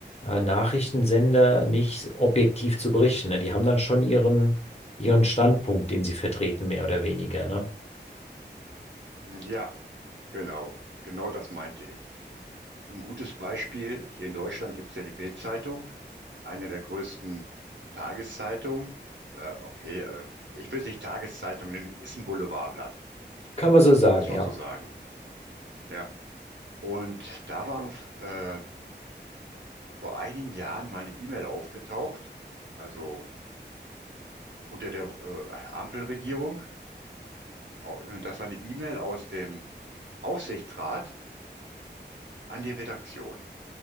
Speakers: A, on the left; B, on the right.
A: äh, Nachrichtensender nicht objektiv zu berichten. Ne? Die haben dann schon ihren, ihren Standpunkt, den sie vertreten, mehr oder weniger. Ne?
B: Hm, Ja, genau. Genau das meinte ich. Ein gutes Beispiel, hier in Deutschland gibt es ja die Bild-Zeitung, eine der größten Tageszeitungen. Äh, okay, äh, ich will es nicht Tageszeitung nennen, ist ein Boulevardblatt,
A: Kann man so sagen,
B: muss man
A: ja.
B: so sagen. Ja. Und da war äh, vor einigen Jahren mal eine E-Mail aufgetaucht, also unter der äh, Ampelregierung. Au- und Das war eine E-Mail aus dem Aufsichtsrat an die Redaktion.